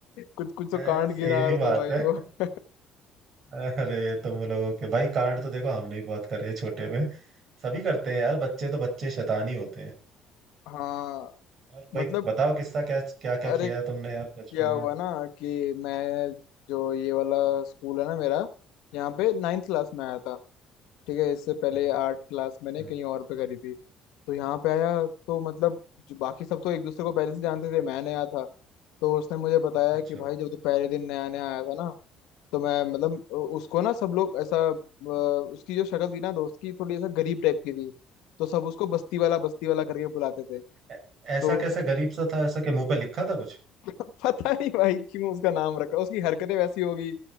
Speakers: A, on the left; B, on the right.
A: कुछ कुछ तो
B: ऐसे
A: कांड गिरा
B: ये भी
A: रहा
B: बात
A: था भाई
B: है
A: वो <laughs>
B: अरे तुम लोगों के भाई कांड तो देखो हमने भी बहुत करे हैं छोटे में सभी करते हैं यार बच्चे तो बच्चे शैतान ही होते हैं
A: हाँ
B: और कोई
A: मतलब
B: बताओ किस्सा क्या क्या क्या
A: अरे
B: किया है तुमने यार
A: क्या
B: बचपन में
A: हुआ ना कि मैं जो ये वाला स्कूल है ना मेरा यहाँ पे नाइन्थ क्लास में आया था ठीक है इससे पहले
B: हम्म,
A: आठ क्लास मैंने
B: अच्छा
A: कहीं और पे करी थी तो यहाँ पे आया तो मतलब जो बाकी सब तो एक दूसरे को पहले से जानते थे मैं नया था तो उसने मुझे बताया
B: अच्छा
A: कि भाई जब तू पहले दिन नया नया आया था ना तो मैं मतलब उ- उसको ना सब लोग ऐसा अ, उसकी जो शक्ल थी ना दोस्त की थोड़ी ऐसा गरीब टाइप की थी तो सब उसको बस्ती वाला बस्ती वाला करके बुलाते थे
B: ऐ- ऐसा
A: तो
B: कैसे गरीब सा था ऐसा कि मुंह पे लिखा था कुछ
A: <laughs> पता नहीं भाई क्यों उसका नाम रखा उसकी हरकतें वैसी होगी